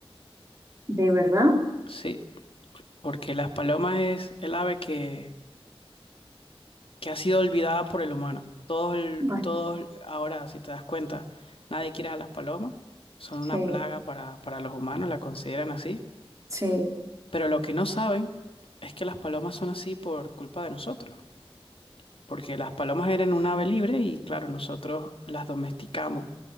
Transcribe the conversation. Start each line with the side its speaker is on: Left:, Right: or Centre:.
Right: ¿De verdad?
Left: Sí, porque las palomas es el ave que, que ha sido olvidada por el humano. Todos, el-
Right: Bueno,
Left: todos ahora, si te das cuenta, nadie quiere a las palomas, son una
Right: sí,
Left: plaga para, para los humanos, la consideran así,
Right: sí,
Left: pero lo que no saben es que las palomas son así por culpa de nosotros. porque las palomas eran un ave libre y claro, nosotros las domesticamos